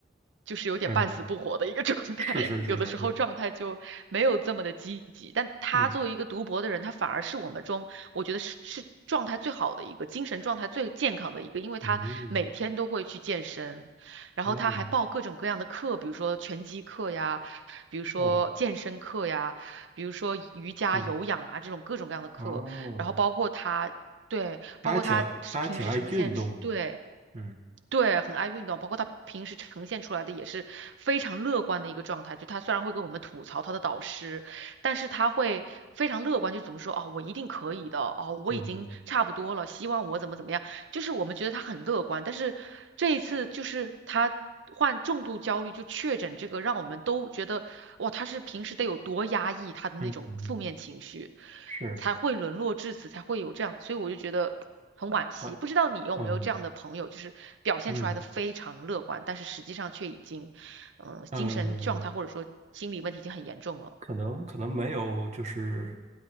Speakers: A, on the right (about 65°); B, on the right (about 35°).
A: 就是有点半死不活的一个
B: 嗯，
A: <laughs> 状态，
B: 是是是是是，
A: <laughs> 有的时候状态就没有这么的积极。但他作为一个读博的人，
B: 嗯
A: 他反而是我们中我觉得是是状态最好的一个，精神状态最健康的一个，因为他每天都会去健身，
B: 嗯，
A: 然后他还报各种各样的课，
B: 哦
A: 比如说拳击课呀，比如说健身课呀。
B: 哦，
A: 比如说瑜伽、
B: 嗯
A: 有氧啊这种各种各样的课，
B: 哦。
A: 然后包括他。对，
B: 他还挺他还挺爱运动的，
A: 包括他平时呈现出，对
B: 嗯
A: 对，很爱运动，包括他平时呈现出来的也是非常乐观的一个状态。就他虽然会跟我们吐槽他的导师，但是他会非常乐观，就怎么说啊、我一定可以的，哦，我已经差不多了，
B: 嗯嗯
A: 希望我怎么怎么样，就是我们觉得他很乐观，但是这一次就是他。患重度焦虑就确诊这个，让我们都觉得哇，他是平时得有多压抑他的那种负面情绪，
B: 嗯，嗯是
A: 才会沦落至此，才会有这样。所以我就觉得很惋惜。
B: 啊，
A: 不知道你有没有这样的朋友，
B: 哦嗯
A: 就是表现出来的非常乐观，
B: 嗯
A: 但是实际上却已经，嗯、
B: 呃，
A: 精神状态或者说心理问题已经很严重了。
B: 可能可能没有，就是